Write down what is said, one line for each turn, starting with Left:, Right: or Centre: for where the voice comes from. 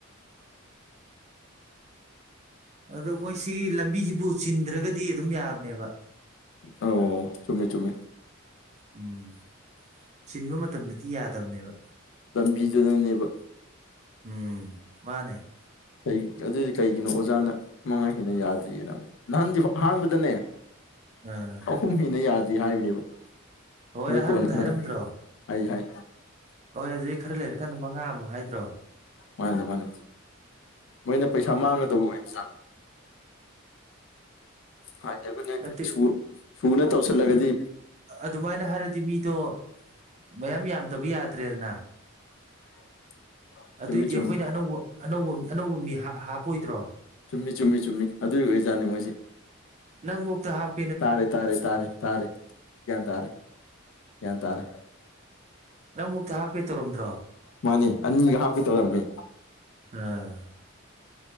Right: ꯑꯗꯨ ꯃꯣꯏꯁꯤꯒꯤ ꯂꯝꯕꯤꯁꯤꯕꯨ ꯆꯤꯟꯗ꯭ꯔꯒꯗꯤ ꯑꯗꯨꯝ ꯌꯥꯕꯅꯦꯕ
Left: ꯑꯣ ꯆꯨꯝꯃꯦ-ꯆꯨꯝꯃꯦ
Right: ꯎꯨꯝ ꯆꯤꯟꯕ ꯃꯇꯝꯗꯗꯤ ꯌꯥꯗꯕꯅꯦꯕ
Left: ꯂꯝꯕꯤꯗꯨꯅꯅꯦꯕ
Right: ꯎꯝ ꯃꯥꯟꯅꯦ
Left: ꯀꯩ ꯑꯗꯨꯗꯤ ꯀꯩꯒꯤꯅꯣ ꯑꯣꯖꯥꯅ ꯃꯉꯥ ꯍꯦꯟꯅ ꯌꯥꯗ꯭ꯔꯤꯖꯤꯅ ꯑꯃꯨꯛ ꯅꯍꯥꯟꯗꯤ ꯑꯍꯥꯥꯟꯕꯗꯅꯦ
Right: ꯎꯨꯝ
Left: ꯀꯨꯝꯃꯤꯅ ꯌꯥꯗꯦ ꯍꯥꯏꯕꯅꯦꯕ
Right: ꯍꯣꯏ
Left: ꯑꯗꯨ
Right: ꯑꯍꯥꯟꯕꯗ
Left: ꯀꯣꯟꯅ
Right: ꯍꯥꯏꯔꯝꯗ꯭ꯔꯣ
Left: ꯀꯣꯟꯅ ꯑꯩ ꯍꯥꯏ
Right: ꯍꯣꯏ ꯑꯗꯨꯗꯤ ꯈꯔ ꯂꯩꯔꯀꯥꯟꯗ ꯃꯉꯥꯃꯨꯛ ꯍꯥꯏꯗ꯭ꯔꯣ
Left: ꯃꯥꯅꯦ-ꯃꯥꯅꯦ ꯃꯣꯏꯅ ꯄꯩꯁꯥ ꯃꯥꯡꯒꯗꯧꯕ ꯑꯣꯏꯕ ꯖꯥꯠꯂꯥ ꯍꯥꯏꯗꯤ ꯑꯩꯈꯣꯏꯅ
Right: ꯅꯠꯇꯦ
Left: ꯁꯨ-ꯁꯨꯅ ꯇꯧꯁꯤꯜꯂꯒꯗꯤ
Right: ꯑꯗꯨꯃꯥꯏꯟꯅ ꯍꯥꯏꯔꯗꯤ ꯃꯤꯗꯣ ꯃꯌꯥꯝ ꯌꯥꯝꯗꯕ ꯌꯥꯗ꯭ꯔꯦꯗꯅ
Left: <unintelligible>
Right: ꯑꯗꯨꯏꯗꯤ
Left: ꯆꯨꯝꯃꯤ ꯆꯨꯝꯃꯤ
Right: ꯑꯩꯈꯣꯏꯅ ꯑꯅꯧꯕ ꯑꯅꯧꯕ ꯑꯅꯧꯕ ꯃꯤ ꯍꯥ- ꯍꯥꯞꯄꯣꯏꯗ꯭ꯔꯣ
Left: ꯆꯨꯝꯃꯤ ꯆꯨꯝꯃꯤ ꯆꯨꯝꯃꯤ ꯑꯗꯨꯒꯤ ꯑꯣꯏꯖꯥꯠꯅꯤ ꯃꯣꯏꯁꯤ
Right: ꯅꯪꯕꯣꯛꯇ ꯍꯥꯞ
Left: ꯇꯥꯔꯦ ꯇꯥꯔ ꯇꯥꯔꯦ ꯇꯥꯔꯦ ꯒꯌꯥꯟ ꯇꯥꯔꯦ ꯒꯌꯥꯟ ꯇꯥꯔꯦ
Right: ꯅꯪꯕꯧꯇ ꯍꯥꯞꯀꯦ ꯇꯧꯔꯝꯗ꯭ꯔꯣ
Left: ꯃꯥꯅꯤ ꯑꯅꯤ ꯍꯥꯞꯀꯦ ꯇꯧꯔꯝꯃꯦ
Right: ꯑꯥ